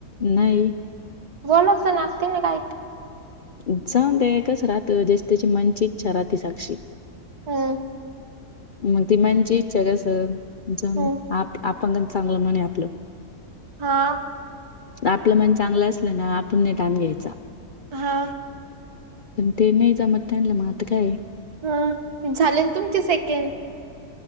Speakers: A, on the left; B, on the right.
A: नाही
B: बोलतज ना आता तीनं काय
A: जाऊन दे कसं राहतं, ज्याची त्याची मंची इच्छा राहती साक्षी
B: हम्म
A: मग ति मनची इच्छा कसं जाऊ
B: हम्म
A: दे, आप आपणंगण चांगलं म्हणे आपलं
B: हा
A: आपलं मन चांगलं असलं ना आपण नाही ताण घ्यायचा.
B: हा
A: पण ते नाही जमत त्यानला मग आता काय
B: हं झालेन तुमचे सेकंड